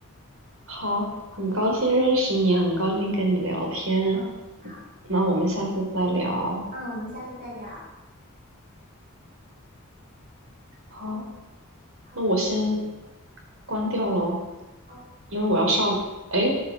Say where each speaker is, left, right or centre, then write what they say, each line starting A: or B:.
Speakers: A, on the right (about 65°); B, on the right (about 40°).
A: 好，很高兴认识你，很高兴跟你聊天。
B: 嗯，好，
A: 那我们下次再聊。
B: 嗯，我们下次再聊，
A: 好，
B: 好
A: 那我先关掉喽，
B: 好。
A: 因为我要上。哎，